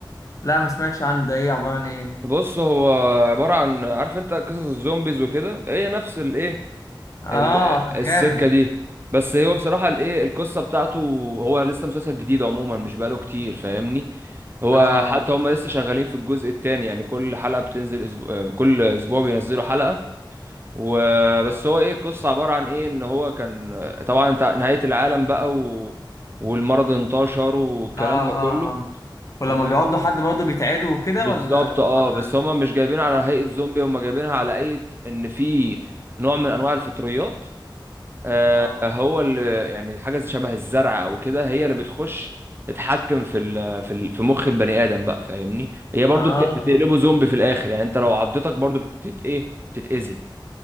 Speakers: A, on the left (about 40°); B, on the right (about 30°).
A: لا ما سمعتش عنه ده ايه عبارة عن ايه
B: بص هو عبارة عن عارف انت قصص الزومبيز وكده هي نفس الايه
A: اه
B: ال-
A: طب
B: السكة
A: جامد
B: دي بس هو بصراحة الايه القصة بتاعته هو لسه مسلسل جديد عموما مش بقاله كتير فاهمني هو
A: اه
B: حتى
A: اه
B: هم لسه شغالين في الجزء الثاني يعني كل حلقة بتنزل أسبوع كل أسبوع بينزلوا حلقة وبس هو إيه القصة عبارة عن إيه إن هو كان طبعا انت- نهاية العالم بقى و... والمرض انتشر والكلام
A: اه
B: ده كله
A: اه ولما
B: و...
A: بيقعدوا حد برضه بيتعدوا وكده
B: بالظبط
A: ولا الموضوع
B: اه
A: بيبقى-
B: بس هم مش جايبين على هيئة زومبي هم جايبينها على هيئة إن في نوع من أنواع الفطريات آه،
A: اه
B: هو اللي يعني حاجه شبه الزرع او كده هي اللي بتخش تتحكم في ال في ال في مخ البني ادم بقى فاهمني هي برضو
A: اه
B: بت- بتقلبه زومبي في الاخر يعني انت لو عضتك برضو بتت ايه بتتاذي